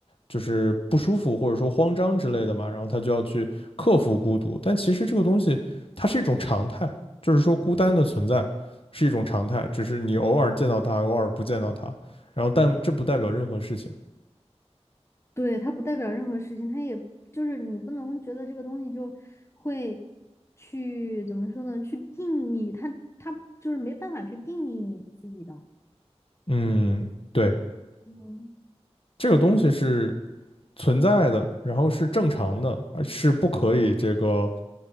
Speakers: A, on the left (about 55°); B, on the left (about 25°).
A: 就是不舒服或者说慌张之类的嘛，然后他就要去克服孤独。但其实这个东西它是一种常态，就是说孤单的存在是一种常态，只是你偶尔见到他，偶尔不见到他，然后但这不代表任何事情。
B: 对，它不代表任何事情，它也就是你不能觉得这个东西就会去怎么说呢？去定义它，它就是没办法去定义你自己的。
A: 嗯，对。
B: 嗯
A: 这个东西是存在的，然后是正常的，而是不可以这个